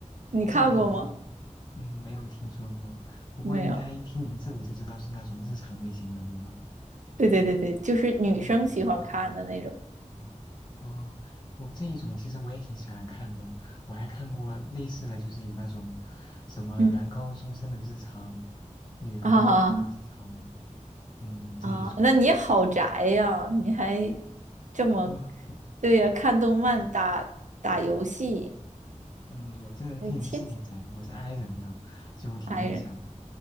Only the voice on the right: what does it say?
你看过吗？
没有。
对对对对，就是女生喜欢看的那种。
嗯，
啊
<laughs>
啊，那你好宅呀！
你还这么，
对呀，看动漫、
打打游戏，你
天天
宅人。